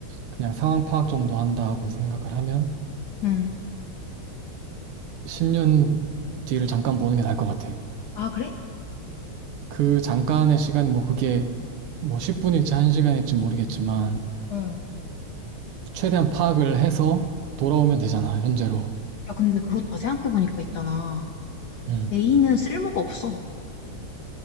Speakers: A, on the right; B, on the left.
A: 그냥 상황 파악 정도 한다고 생각을 하면
B: 응,
A: 10년 뒤를 잠깐 보는 게 나을 것 같아.
B: 아, 그래?
A: 그 잠깐의 시간이 뭐 그게 뭐 10분일지 1시간일지 모르겠지만
B: 어.
A: 최대한 파악을 해서 돌아오면 되잖아, 현재로.
B: 야, 근데 그렇다. 생각해보니까 있잖아.
A: 음.
B: A는 쓸모가 없어.